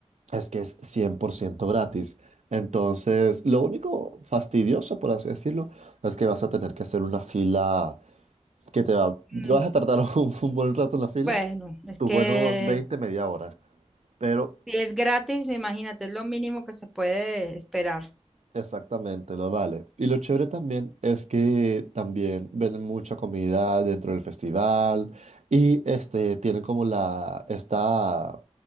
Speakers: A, on the right; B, in the centre.
A: es que es 100% gratis. Entonces, lo único fastidioso, por así decirlo, es que vas a tener que hacer una fila que te va,
B: Mm,
A: que vas a tardar <laughs> un, un buen rato en la fila,
B: Bueno, es
A: tus
B: que
A: buenos 20 media hora. Pero
B: si es gratis, imagínate, es lo mínimo que se puede esperar.
A: Exactamente, lo vale. Y lo chévere también es que también venden mucha comida dentro del festival y este tienen como la esta